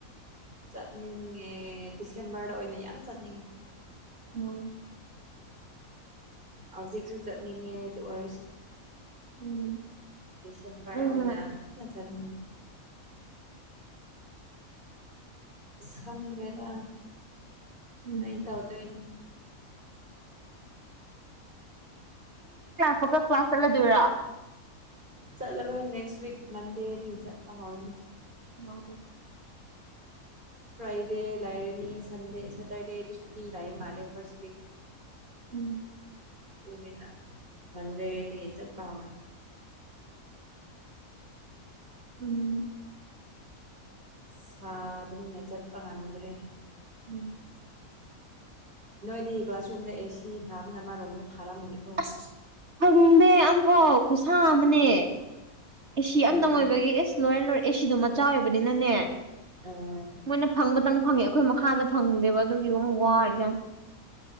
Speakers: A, on the right (about 35°); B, on the right (about 50°).
A: ꯆꯠꯅꯤꯡꯉꯦ ꯗꯤꯁꯦꯝꯕꯔꯗ ꯑꯣꯏꯅ ꯌꯥꯝ ꯆꯠꯅꯤꯡꯉꯤ
B: ꯎꯝ
A: ꯍꯧꯖꯤꯛꯁꯨ ꯆꯠꯅꯤꯡꯉꯦ ꯑꯗꯨ ꯑꯣꯏꯁꯨ
B: ꯎꯝ
A: ꯗꯤꯁꯦꯝꯕꯔ
B: ꯆꯠꯅꯤꯡꯕꯅ
A: ꯑꯣꯏꯅ ꯍꯦꯟꯅ ꯆꯠꯅꯤꯡꯉꯤ ꯈꯡꯗ꯭ꯔꯦꯗ
B: ꯎꯝ
A: ꯀꯩꯗꯧꯗꯣꯏꯅꯣ
B: ꯐꯛꯀ ꯀ꯭ꯂꯥꯁ ꯆꯠꯂꯗꯣꯏꯔꯥ
A: ꯆꯠꯂꯔꯣꯏ ꯅꯦꯛꯁ ꯋꯤꯛ ꯃꯟꯗꯦꯗꯒꯤ ꯆꯠꯄ ꯍꯧꯔꯅꯤ
B: ꯍ
A: ꯐ꯭ꯔꯥꯏꯗꯦ ꯂꯩꯔꯅꯤ ꯁꯟꯗꯦ ꯁꯦꯇꯔꯗꯦꯗꯤ ꯁꯨꯇꯤ ꯂꯩ ꯃꯥꯜꯂꯦ ꯐꯥꯔꯁ ꯋꯤꯛ
B: ꯎꯝ
A: ꯇꯅꯤꯅ ꯃꯟꯗꯦꯗꯩ ꯆꯠꯄ ꯍꯧꯔꯅꯤ
B: ꯎꯝ
A: ꯁꯥꯕꯅꯤꯅ ꯆꯠꯄ ꯉꯝꯗ꯭ꯔꯦ
B: ꯎꯝ
A: ꯅꯣꯏꯗꯤ ꯀ꯭ꯂꯥꯁꯔꯨꯝꯗ ꯑꯦꯁꯤ ꯊꯥꯕꯅ ꯑꯃꯔꯣꯝꯗ ꯐꯥꯔꯝꯅꯤꯀꯣ
B: ꯑꯁ ꯐꯪꯗꯦ ꯑꯝꯐꯥꯎ ꯈꯨꯁꯥ ꯑꯃꯅꯦ ꯑꯦꯁꯤ
A: ꯑꯣ
B: ꯑꯝꯇꯪ ꯑꯣꯏꯕꯒꯤ ꯏꯁ ꯂꯣꯏꯔꯦ ꯂꯣꯏꯔꯦ ꯑꯦꯁꯤꯗꯣ ꯃꯆꯥ ꯑꯣꯏꯕꯅꯤꯅꯅꯦ
A: ꯑꯥ
B: ꯃꯣꯏꯅ ꯐꯪꯕꯗꯪ ꯐꯪꯉꯦ ꯑꯩꯈꯣꯏ ꯃꯈꯥꯗ ꯐꯪꯗꯦꯕ ꯑꯗꯨꯒꯤ ꯑꯃꯨꯛ ꯋꯥꯔꯤꯖꯥꯠꯅꯤ